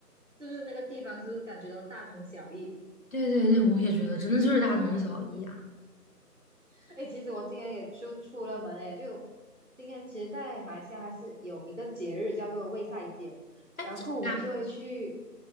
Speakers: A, on the right; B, on the left.
A: 就是那个地方是不是感觉都大同小异？
B: 对对对，我也觉得真的就是大同小异啊。
A: <laughs> 哎、其实我今天也就出了门哎，就今天其实，在马来西亚它是有一个节日叫做卫赛节，
B: 哎，
A: 然后我们就会去
B: 这个